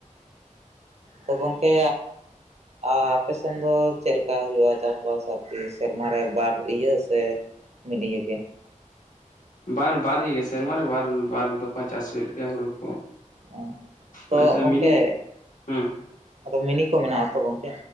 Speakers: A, on the right (about 55°); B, on the left (about 80°).
A: ᱛᱚ ᱜᱚᱢᱠᱮ ᱟᱨ ᱟᱯᱮ ᱥᱮᱱ ᱫᱚ ᱪᱮᱫ ᱞᱮᱠᱟ ᱦᱩᱭᱩᱜ-ᱟ ᱪᱟᱥᱵᱟᱥ ᱟᱨ ᱠᱤ ᱥᱮᱨᱢᱟ ᱨᱮ ᱵᱟᱨ ᱤᱭᱟᱹ ᱥᱮ ᱢᱤᱫ ᱤᱭᱟᱹ ᱜᱮ᱾
B: ᱵᱟᱨ ᱵᱟᱨ ᱤᱭᱟᱹ ᱜᱮ ᱥᱮᱨᱢᱟᱨ ᱨᱮ ᱵᱟᱨ ᱵᱟᱨ ᱫᱚᱯᱷᱟ ᱪᱟᱥ ᱦᱩᱭᱩᱜ ᱜᱮᱭᱟ ᱦᱩᱲᱩ ᱠᱚ᱾
A: ᱚ ᱛᱚ
B: ᱱᱚᱛᱮ
A: ᱜᱚᱢᱠᱮ
B: ᱢᱤᱱᱤ ᱦᱮᱸ
A: ᱟᱫᱚ ᱢᱤᱱᱤ ᱠᱚ ᱢᱮᱱᱟᱜ ᱟᱛᱚ ᱜᱚᱢᱠᱮ